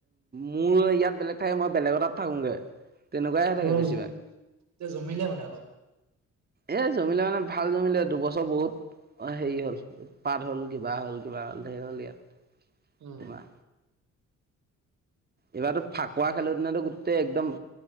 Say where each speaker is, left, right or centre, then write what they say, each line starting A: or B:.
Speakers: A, on the right; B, on the right.
A: মোৰ ইয়াত বেলেগ থাকে মই বেলেগ তাত থাকোঁ গে তেনেকুৱাইে থাকে
B: এ
A: বেছিভাগ।
B: জমিলে মানে অলপ।
A: এ জমিলে মানে ভাল জমিলে দুবছৰ বহুত অ হেৰি হ'ল উৎপাত হ'ল কিবা হ'ল কিবা হ'ল ধেই হ'ল ইয়াত
B: উম।
A: তোমাৰ এইবাৰতো ফাকুৱা খেলা দিনাটো গোটেই একদম